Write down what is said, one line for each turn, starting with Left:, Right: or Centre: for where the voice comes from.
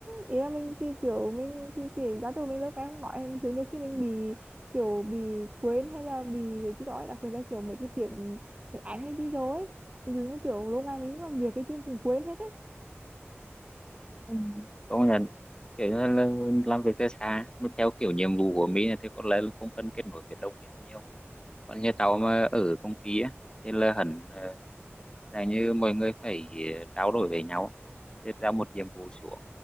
Right: ý là mình thì kiểu mình thì kiểu giao tiếp của mình lâu cái không nói kiểu nhiều khi mình bị kiểu bị quên hay là bị cái gì đó ấy, đặc biệt là kiểu mấy cái tiếng tiếng Anh ấy đi rồi ấy ví dụ như kiểu lâu ngày mình làm việc cái chứ cũng quên hết ấy
Left: Ừ. có là kiểu như là làm việc từ xa mà theo kiểu nhiệm vụ của mình thì có lẽ là không cần kết nối với đồng nghiệp nhiều còn như tao mà ở công ty á thì là hẳn ờ, là như mọi người phải ờ, trao đổi với nhau xếp ra một nhiệm vụ xuống